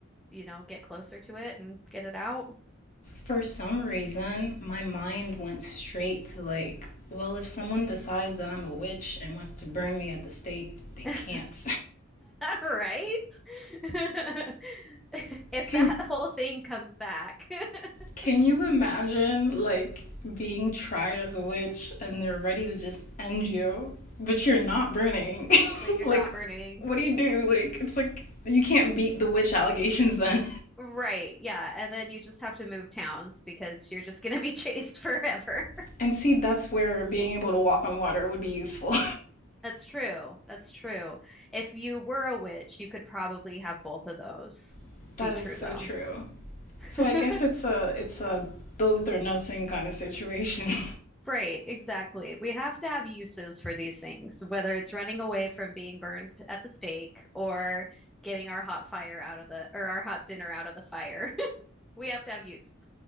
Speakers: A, in the centre; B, on the left.
A: you know, get closer to it and get it out.
B: For some reason, my mind went straight to like, well, if someone decides that I'm a witch and wants to burn me at the stake, they
A: <laughs>
B: can't.
A: Right? <laughs>
B: <laughs>
A: If
B: Can
A: that whole thing comes back, <laughs>
B: Can you imagine like being tried as a witch and they're ready to just end you, but you're not burning? <laughs>
A: but you're
B: like,
A: not burning.
B: what do you do? Like, it's like you can't beat the witch allegations then.
A: Right. Yeah. And then you just have to move towns because you're just going to be chased forever.
B: <laughs> and see, that's where being able to walk on water would be useful.
A: <laughs> That's true. That's true. If you were a witch, you could probably have both of those
B: <laughs> that
A: be
B: is
A: true,
B: so
A: though.
B: true.
A: <laughs>
B: So I guess it's a it's a both or nothing kind of situation. <laughs>
A: Right, exactly. We have to have uses for these things, whether it's running away from being burned at the stake or getting our hot fire out of the or our hot dinner out of the fire. <laughs> We have to have use.